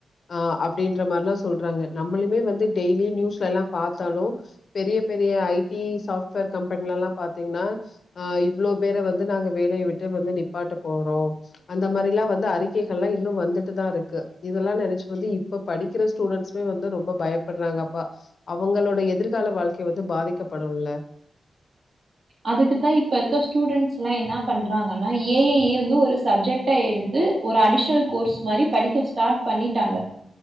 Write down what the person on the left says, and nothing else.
அ அப்டின்ற மாரிலா சொல்றாங்க நம்மளுமே வந்து டெய்லி நியூஸ்லலா பாத்தாலு பெரிய பெரிய ஐ டி சாஃப்ட்வேர் கம்பெனிலலா பாத்தீங்கன்னா ஆ இவ்ளோ பேர வந்து நாங்க வேலைய விட்டு வந்து நிப்பாட்ட போறோ அந்த மாரிலா வந்து அறிக்கைகள்லா இன்னு வந்துட்டுதா இருக்கு இதெல்லா நெனச்சு வந்து இப்ப படிக்கிற ஸ்டூடெண்ட்ஸ்மே வந்து ரொம்ப பயப்படுறாங்க அப்ப அவுங்களோட எதிர்கால வாழ்க்கை வந்து பாதிக்கப்படுல்ல